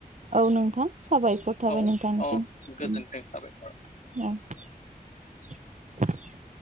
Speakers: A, on the right; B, on the left.
A: औ नोंथां साबायखर थाबाय
B: औ
A: नोंथांनिसिम
B: औ गोजोनथों
A: ओम
B: साबायखर
A: औ। <inaudible>